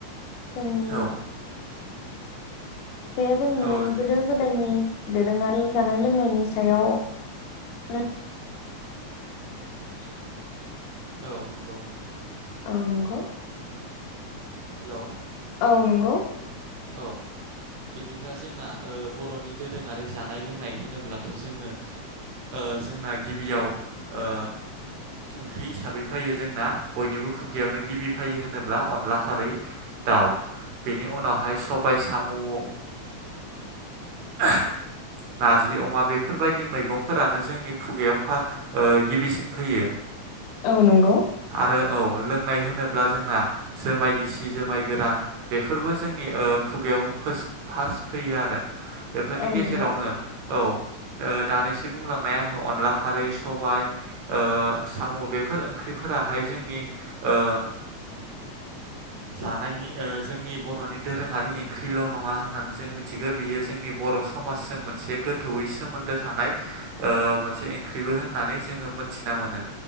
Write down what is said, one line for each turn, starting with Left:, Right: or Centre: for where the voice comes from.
Left: जोंनि
Right: औ
Left: बे जोंनि
Right: औ
Left: गोदो गोदायनि दोरोङारि जानाय लोंनायनि सायाव नो <inaudible>
Right: औ नंगौ नोंथां।
Left: औ नंगो।
Right: हेलौ
Left: औ नोंगौ।
Right: औ बिदिब्ला जोंना ओ बर'नि दोरोङारि जानाय लोंनाय होनोब्लाथ' जोङो ओ जोंना गिबियाव ओ ओंख्रि हिसाबै फायो जोंना बयनिबो खुगायावनो गिबि फायो होनोब्ला अनला खारै दाउ बेनि उनावहाय सबाय साम' ओ <unintelligible> नार्जि अमा बेफोरबायदि मैगंफोरानो जोंनि खुगायाव फा ओ गिबिसिन फोयो
Left: औ नंगौ
Right: आरो औ लों नाय होनोब्ला जोंना जोमाय गिसि जोमाय गोरान बेफोरबो ज जोंनि ओ खुगायाव फोस फास्ट फैयो आरो बेफोरनि
Left: औ
Right: गेजेरावनो
Left: नंगौ
Right: औ ओ दानिसिम बुंलांनाय आङो अनला खारै सबाय ओ साम' बेफोर ओंख्रिफोराहाय जोंनि ओ जानायनि ओ जोंनि बर ्र'नि दोरोङारि इंख्रिल' नङा होननानै जों मिथिगो बियो जोंनि बर' समाजजों मोनसे गोथौयैस सोमोन्दो थानाय ओ मोनसे ओंख्रिबो होननानै जोङो मोनथिना मोनो